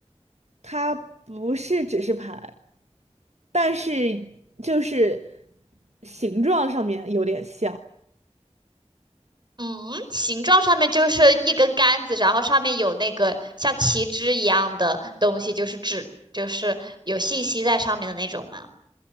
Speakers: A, on the right; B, on the right.
A: 它不是指示牌，但是就是形状上面有点像。
B: 嗯，形状上面就是一根杆子，然后上面有那个像旗帜一样的东西，就是指就是有信息在上面的那种吗？